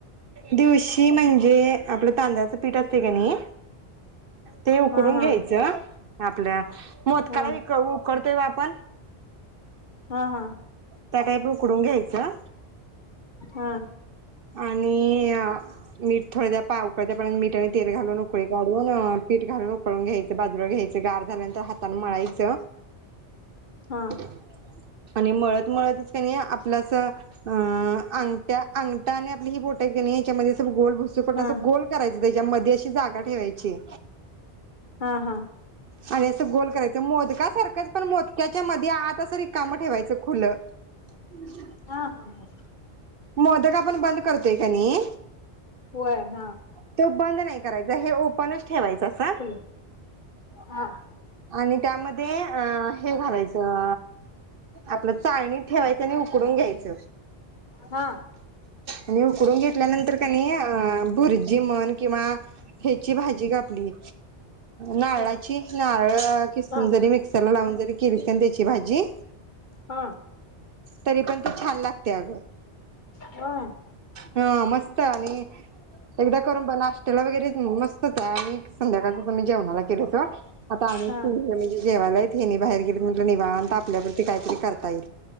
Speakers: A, on the right (about 60°); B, on the left (about 45°).
A: दिवशी म्हणजे आपलं तांदळाचं पीठ असं तय का नाही ते उकडून
B: हा हा
A: घ्यायचं आपल्यात मोदकाला
B: हा
A: विक उकडतय वात पण
B: हा हा
A: त्या काहीप उकडून घ्यायचं
B: हा
A: आणि मीठ थोड्या पावकळत प मठा आणि तेल घालून उकळी काढून पीठ घालून उकळून घ्याय ते बाजूला घे गार झाल्यांतर हातान मळाय त्या
B: हा
A: <inaudible> आणि मळत मळतच का नाही आपलाचा अं अंगठ्या अंगठा आणि आपली ही बोट आहेत का नाही यांच्यामध्येच गोल दिसूपर्यंत असं
B: हा
A: गोल करायचं ग त्याज्यामध्ये अशी जागा ठेवायची
B: हा हा
A: आणि अस गोल करायचं मोदका सारखंच पण मोदक्याच्या मध ते आत असं रिकामं ठेवायचं खुलं. <unintelligible>
B: हा हो हो.
A: मोदक आपण बंद करतोय का नाही
B: होय हा
A: त्यो बंद नाही करायचा हे ओपनच ठेवायचं अस
B: फुल हा
A: आणि त्यामध्ये अ हे घालायचं आपलं चाळणी ठेवायच आणि उकडून घ्यायचं
B: हा
A: आणि उकडून घेतल्यानंतर का नई अ भुरजी मन किंवा हची भाज जी ग आपली नारळाची
B: होय
A: क नारळ खिसून
B: हा
A: जरी मिक्सरल थोडाम जरीक किरसन त्याची भाजी
B: हा
A: तरी पण ते छान लागतय अगं
B: व्हय?
A: हा मस्त आणि एकदा करून बघ नाश श्त्याला वगैरे मस स्त आणि संध्याकाळच आम्ही जेवणाला केल होत, आता आही
B: हा
A: त म्हणजे जेवायला एक हेनी बाहेर गेलेत. मी म्हटल निवांत आपल्यापुरती काहीतरी करता येईल,